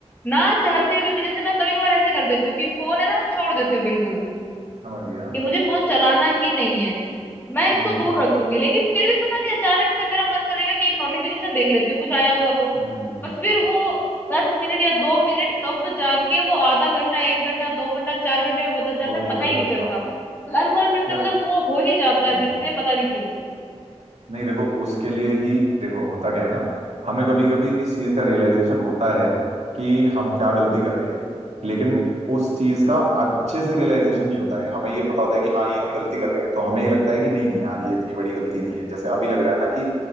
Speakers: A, on the left; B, on the right.
A: ना चाहते हुए भी जैसे मैं कभी कभार ऐसे कर देती हूँ कि फोन है ना मैं छोड़ देती हूँ बिल्कुल
B: समझ गया
A: कि मुझे फोन चलाना ही नहीं है मैं इसको
B: हम्म
A: दूर रख दूंगी लेकिन फिर भी पता नहीं अचानक से मेरा मन करेगा कि एक नोटिफिकेशन देख लेती हूँ कुछ आया होगा तो
B: हम्म
A: और फिर वो दस मिनट या दो मिनट कब जाके वो आधा घंटा एक घंटा दो घंटा चार घंटे में बदल जाता
B: वो
A: है
B: नहीं
A: पता
B: पता
A: ही नहीं
B: चलता
A: चलता
B: होगा
A: मतलब अनकॉन्शियसली
B: यार
A: मतलब वो हो ही जाता है
B: हम्म
A: मेरे से पता नहीं क्यों
B: नहीं देखो उसके लिए ही देखो होता क्या है ना हमें कभी कभी इस चीज का रियलाइजेशन होता है कि हम क्या गलती कर रहे हैं लेकिन उस चीज का अच्छे से रियलाइजेशन नहीं होता है हमें ये पता होता है कि हाँ ये हम गलती कर रहे हैं तो हमें ये लगता है कि नहीं नहीं यार ये इतनी बड़ी गलती नहीं है जैसे अभी लग रहा है ना कि